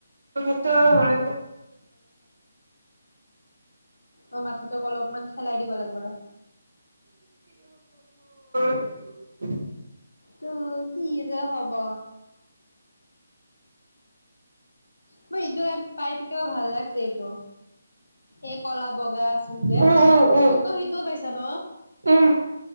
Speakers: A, on the right; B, on the left.
A: সেইটোও হয়।
B: অ' মাথাটোক অলপমান খেলাই দিব লাগিব ৰ
A: উ'
B: তোৰ কি যে হ'ব। মই ইটো এপ পাই কিবা ভাল লাগছে এইটো এই কলাব বগা আছিল যে
A: উম উম উম
B: ত' সেইটোও পাইছো। চাব
A: উম